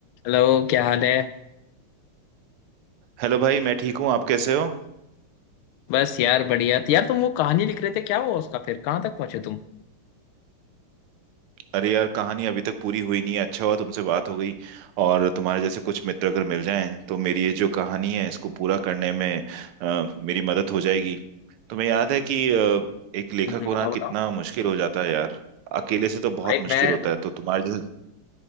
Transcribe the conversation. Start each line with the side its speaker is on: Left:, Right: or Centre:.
Left: Hello क्या हाल है
Right: Hello भाई मैं ठीक हूँ आप कैसे हो
Left: बस यार बढ़िया तो यार तुम वो कहानी लिख रहे थे क्या हुआ उसका फिर कहाँ तक पहुंचे तुम
Right: अरे यार कहानी अभी तक पूरी हुई नहीं है अच्छा हुआ तुमसे बात हो गई और तुम्हारे जैसे कुछ मित्र अगर मिल जाएं तो मेरी ये जो कहानी है इसको पूरा करने में अ, मेरी मदद हो जाएगी तुम्हें याद है कि अ, एक लेखक
Left: हम्म,
Right: होना
Left: बताओ बताओ
Right: कितना मुश्किल हो जाता है यार अकेले से तो बहुत
Left: भाई
Right: मुश्किल
Left: मैं
Right: होता है तो तुम्हारे जैसे